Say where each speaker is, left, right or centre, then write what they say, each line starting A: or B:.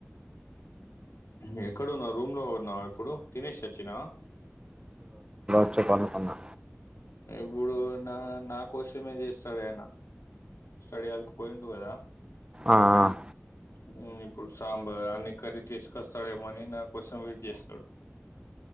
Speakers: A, on the left; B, on the right.
A: హు ఎక్కడువ్ రూమ్ లో ఉన్నా ఇప్పుడు తినేష్ వచ్చినా
B: లేదుపడుకున్న
A: ఇప్పుడు నా నా కోసమే చేస్తాడు ఆయన స్టడీ హాల్ కు పోయిండు కదా
B: ఆ ఆ
A: మ్మ్ ఇప్పుడు సాంబార్ అన్ని కర్రీ తీసుకొస్తాడేమోని నాకోసం వేయిట్ చేస్తాడు